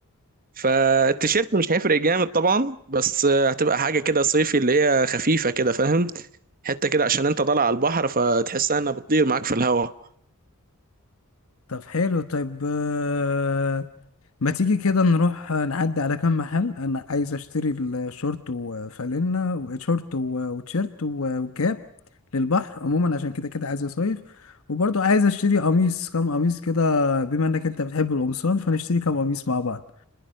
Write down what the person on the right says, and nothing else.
فالتيشيرت مش هيفرق جامد طبعا بس هتبقى حاجه كده صيفي اللي هي خفيفه كده فاهم حته كده عشان انت طالع على البحر فتحسها انها بتطير معاك في الهواء